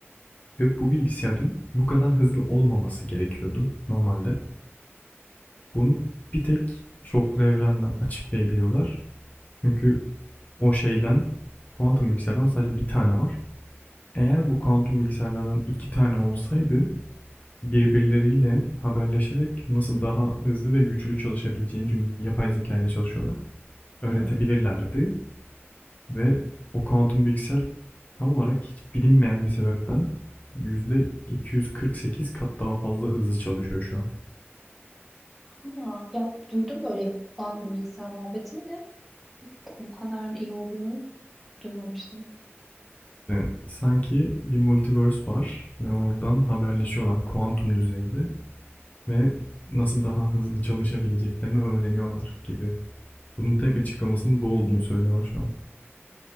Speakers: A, on the left; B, in the centre.
A: Ve bu bilgisayarın bu kadar hızlı olmaması gerekiyordu normalde. Bunu bir tek çoklu evrenle açıklayabiliyorlar. Çünkü o şeyden kuantum bilgisayardan sadece bir tane var. Eğer bu kuantum bilgisayarlardan iki tane olsaydı birbirleriyle haberleşerek nasıl daha hızlı ve güçlü çalışabileceğini çünkü yapay zeka ile çalışıyorlar öğretebilirlerdi
B: Hmm.
A: ve o kuantum bilgisayar tam olarak hiç bilinmeyen bir sebepten %248 kat daha fazla hızlı çalışıyor şu an.
B: Aa, ya duydum böyle Baldur bilgisayar muhabbetini de bu kadar iyi olduğunu duymamıştım.
A: Yani sanki bir multiverse var ve oradan haberleşiyorlar kuantum düzeyde ve nasıl daha hızlı çalışabileceklerini öğreniyorlar gibi. Bunun
B: Hı
A: tek
B: hı.
A: açıklamasının bu olduğunu söylüyorlar şu an.